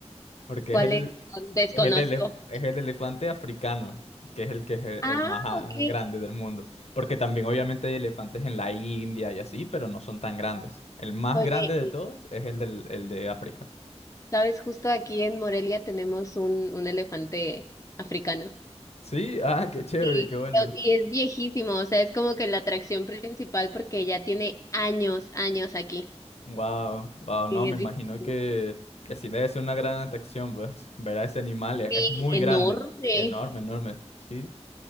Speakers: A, on the left; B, on the left.
A: porque
B: ¿Cuál
A: es el
B: es? Desconozco.
A: es el elef- es el elefante africano, que es el que es el,
B: Ah,
A: el más ah,
B: ok.
A: grande del mundo, porque también obviamente hay elefantes en la India y así, pero no son tan grandes. El más
B: Oye,
A: grande de todos es el del, el de África.
B: Sabes, justo aquí en Morelia tenemos un, un elefante africano.
A: Sí, ah, qué chévere,
B: Sí.
A: qué bueno.
B: Y es viejísimo, o sea, es como que la atracción principal porque ya tiene años, años aquí.
A: Wow, wow, no,
B: Sí,
A: me
B: es
A: imagino
B: viejísimo.
A: que, que sí debe ser una gran atracción, pues, ver a ese animal, es,
B: Sí,
A: es muy
B: enorme,
A: grande, enorme, enorme, ¿sí?